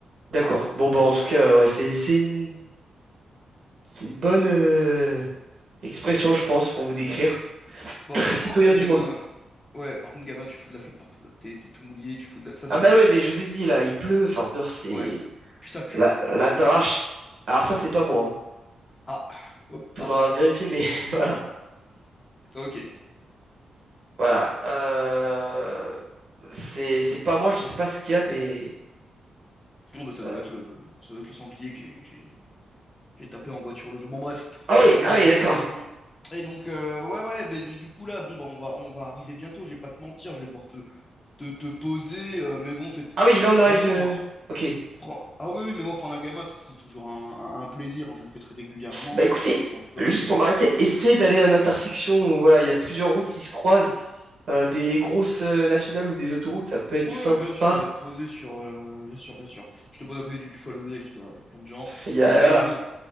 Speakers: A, on the right; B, on the left.
A: D'accord. Bon, bah, en tout cas, ouais, c'est, c'est une, c'est une bonne euh, expression, je pense, pour vous décrire.
B: Bah,
A: <laughs>
B: bah, par
A: Citoyen
B: contre
A: du
B: gamin,
A: monde.
B: ouais, par contre gamin, tu fous de la flotte partout là. T'es t'es tout mouillé, tu fous de la. Ça ça
A: Ah, bah
B: me plaît
A: ouais,
B: pas
A: mais
B: trop
A: je
B: par
A: vous
B: contre.
A: ai dit, là, il pleut. Enfin, dehors, c'est...
B: Ouais. Puis ça pue.
A: La,
B: hein.
A: la drache. Alors ça, c'est pas moi, hein.
B: Ah. Hop,
A: Faudra
B: pardon.
A: vérifier, mais <laughs> voilà.
B: Ok.
A: Voilà. Euh, C'est, c'est pas moi, je sais pas ce qu'il y a, mais...
B: Bon bah ça
A: euh,
B: doit être le, ça doit être le sanglier que j'ai, que j'ai J'ai tapé en voiture l'audio. Bon, bref,
A: Ah
B: bref,
A: oui,
B: bref,
A: ah
B: bref.
A: oui, d'accord.
B: Et, euh, et donc, euh, ouais, ouais, mais du, du coup, là, bon, bah, on va, on va arriver bientôt, je vais pas te mentir, je vais devoir te, te, te poser, euh, mais bon, c'est...
A: Ah oui, là, on arrive...
B: Bien sûr,
A: euh,
B: moi,
A: Ok.
B: pre- ah oui, oui, mais moi, prendre un gamin, c'est c'est toujours un, un- un plaisir, hein, je le fais très régulièrement,
A: Bah écoutez,
B: et puis, euh, bon, dommage,
A: juste
B: je
A: pour
B: t'ai...
A: m'arrêter, essayez
B: Quoi?
A: d'aller à une intersection où voilà, il y a plusieurs routes qui se croisent, euh, des grosses euh, nationales ou des autoroutes, ça peut être
B: Ouais,
A: sympa.
B: bien sûr, je vais te poser sur... euh, bien sûr, bien sûr. Je te pose à côté du Buffalo Grill, tu verras, il y a plein de gens.
A: Il y
B: Et
A: a
B: puis,
A: voilà.
B: bon,